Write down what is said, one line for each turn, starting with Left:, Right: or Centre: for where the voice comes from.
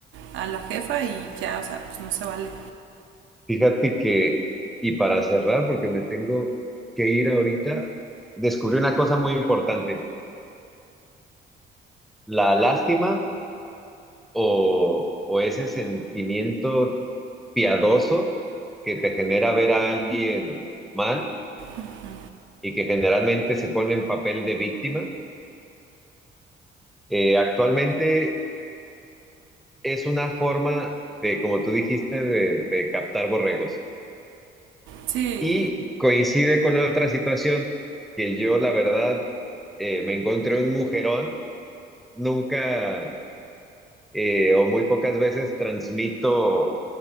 Right: a la jefa y ya, o sea, pues no se vale.
Centre: Fíjate que, y para cerrar, porque me tengo que ir ahorita, descubrí una cosa muy importante, la lástima o, o ese sentimiento piadoso que te genera ver a alguien mal
Right: Ujú.
Centre: y que generalmente se pone en papel de víctima, eh, actualmente es una forma de, como tú dijiste, de, de captar borregos.
Right: Sí.
Centre: Y coincide con otra situación que yo, la verdad, eh, me encontré un mujerón nunca eh, o muy pocas veces transmito